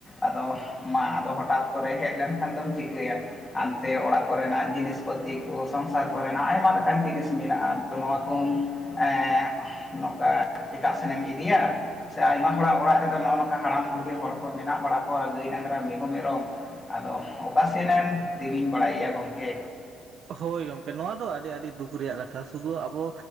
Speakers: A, on the left; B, on the right.
A: ᱟᱫᱚ ᱢᱟ ᱟᱫᱚ ᱦᱚᱴᱟᱛ ᱠᱚᱨᱮ ᱦᱮᱡ ᱞᱮᱱᱠᱷᱟᱱ ᱫᱚᱢ ᱪᱤᱠᱟᱹᱭᱟ᱾ ᱦᱟᱱᱛᱮ ᱚᱲᱟᱜ ᱠᱚᱨᱮᱱᱟᱜ ᱡᱤᱱᱤᱥ ᱯᱟᱹᱛᱤ ᱠᱚ, ᱥᱚᱝᱥᱟᱨ ᱠᱚᱨᱮᱱᱟᱜ ᱟᱭᱢᱟ ᱞᱮᱠᱟᱱ ᱡᱤᱱᱤᱥ ᱢᱮᱱᱟᱜ-ᱟ ᱱᱚᱣᱟ ᱠᱚᱢ ᱮ ᱱᱚᱝᱠᱟ ᱮᱴᱟᱜ ᱥᱮᱱᱮᱢ ᱤᱫᱤᱭᱟ ᱥᱮ ᱟᱭᱢᱟ ᱦᱚᱲᱟᱜ ᱚᱲᱟᱜ ᱨᱮᱫᱚ ᱱᱚᱜ-ᱚ ᱱᱚᱝᱠᱟ ᱦᱟᱲᱟᱢ ᱵᱩᱲᱦᱤ ᱦᱚᱲ ᱠᱚ ᱢᱮᱱᱟᱜ ᱵᱟᱲᱟ ᱠᱚᱣᱟ ᱜᱟᱹᱭ ᱰᱟᱝᱨᱟ ᱢᱤᱦᱩ ᱢᱮᱨᱚᱢ ᱟᱫᱚ ᱚᱠᱟ ᱥᱮᱱᱮᱢ ᱛᱤᱢᱤᱧ ᱵᱟᱲᱟᱭᱮᱭᱟ ᱜᱚᱝᱠᱮ᱾
B: ᱦᱳᱭ ᱜᱚᱝᱠᱮ ᱱᱚᱣᱟ ᱫᱚ ᱟᱹᱰᱤ ᱟᱹᱰᱤ ᱫᱩᱠ ᱨᱮᱭᱟᱜ ᱠᱟᱛᱷᱟ, ᱥᱩᱫᱩ ᱟᱵᱚ